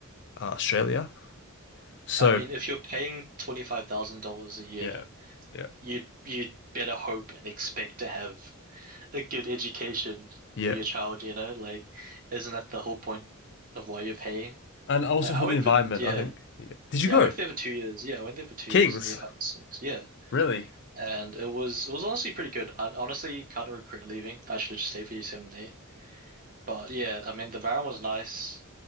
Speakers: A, on the left; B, on the right.
A: uh, Australia. So
B: I mean, if you're paying $25,000 a year,
A: Yeah. Yeah.
B: you'd you'd better hope and expect to have a good education
A: yeah,
B: for your child, you know? Like, isn't that the whole point of why you're paying?
A: and also
B: Like, I
A: for
B: went
A: the environment,
B: for, yeah,
A: I think. Yeah. Did you
B: yeah,
A: go
B: I went there for two years. Yeah, I went there for two
A: King's?
B: years in year five and six. Yeah.
A: Really?
B: And it was, it was honestly pretty good. I honestly kind of regret leaving. I should have just stayed for year seven and eight. But yeah, I mean, the environment was nice.